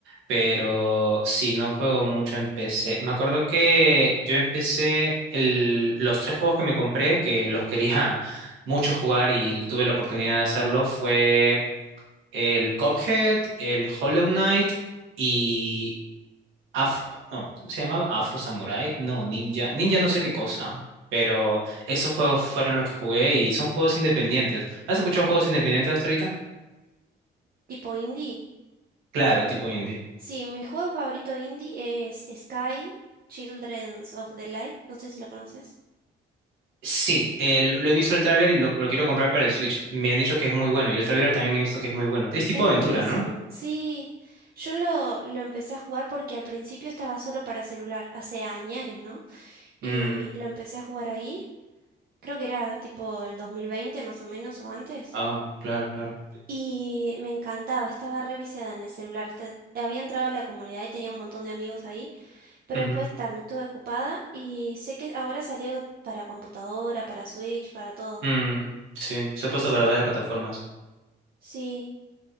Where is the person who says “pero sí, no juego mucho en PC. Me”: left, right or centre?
Right